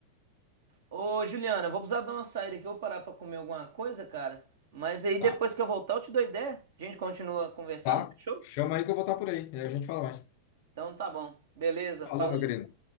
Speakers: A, on the right (about 55°); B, on the left (about 45°).
A: Ô, Juliana, eu vou precisar dar uma saída aqui, eu vou parar pra comer alguma coisa, cara. Mas aí depois
B: Tá.
A: que eu voltar, eu te dou ideia. A gente continua conversando,
B: Tá?
A: fechou?
B: Chama aí que eu vou estar por aí. E aí a gente fala mais.
A: Então tá bom. Beleza,
B: Falou,
A: falou.
B: meu querido.